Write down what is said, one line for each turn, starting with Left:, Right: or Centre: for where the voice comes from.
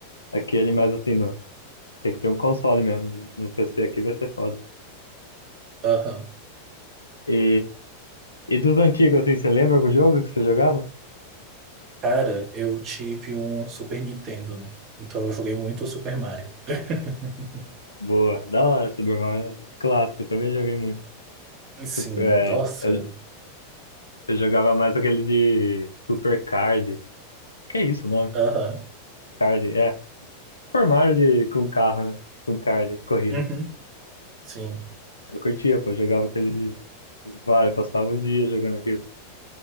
Left: Aquele, mas assim, no, tem que ter um console mesmo. né? No PC aqui vai ser foda.
Right: Aham.
Left: E, e dos antigos, assim, você lembra algum jogo que você jogava?
Right: Cara, eu tive um Super Nintendo, né? Então eu joguei muito o Super Mario. <laughs>
Left: Boa, da hora, Super Mario. Clássico, eu também joguei muito.
Right: Sim,
Left: Sup- É,
Right: nossa.
Left: eu, eu jogava mais aquele de Super Card. Acho que é isso o nome.
Right: Aham.
Left: Card, é. Super Mario de, com carro, né? Com card, corrida.
Right: Uhum. Sim.
Left: Eu curtia, pô, eu jogava aquele Vale, passava o dia jogando aquilo.